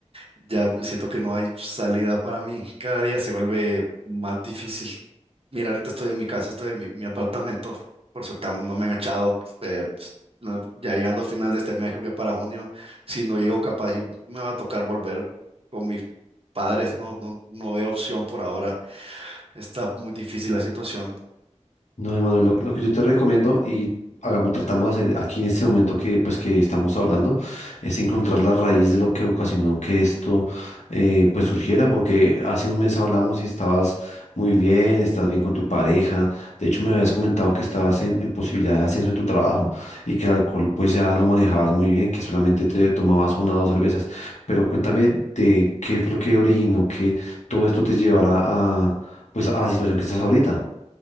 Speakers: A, on the right (about 50°); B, on the left (about 75°).
A: Ya siento que no hay salida para mí. Cada día se vuelve más difícil. Mira, ahorita estoy en mi casa, estoy en mi, mi apartamento. Por suerte aún no me han echado. eh, ps- no- ya llegando a final de este mes, creo que para junio, si no llego capaz, y me va a tocar volver con mis padres. No, no, no veo opción por ahora. Está muy difícil la situación.
B: No, Emanuel, lo, que lo que yo te recomiendo y hagamos, tratamos de hacer aquí en este momento que, pues, que estamos hablando, es encontrar la raíz de lo que ocasionó que esto, eh, pues, surgiera, porque hace un mes hablamos y estabas muy bien, estás bien con tu pareja, de hecho me habías comentado que estabas en, en posibilidad de ascenso en tu trabajo y que el alcohol, pues, ya lo manejabas muy bien, que solamente te tomabas una o dos cervezas, pero cuéntame de qué fue lo que originó que todo esto te llevara a, pues, a la situación que estás ahorita.